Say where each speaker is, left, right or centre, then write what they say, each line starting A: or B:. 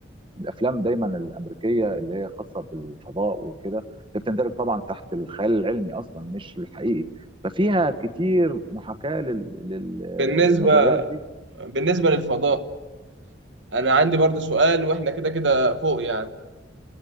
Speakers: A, on the right (about 30°); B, on the right (about 75°).
A: الافلام دايما الامريكيه اللي هي خاصه بالفضاء وكده اللي بتندرج طبعا تحت الخيال العلمي اصلا مش الحقيقي ففيها كتير محاكاه لل... لل...
B: بالنسبة
A: للنظريات دي
B: بالنسبة للفضاء أنا عندي برضه سؤال وإحنا كده كده فوق يعني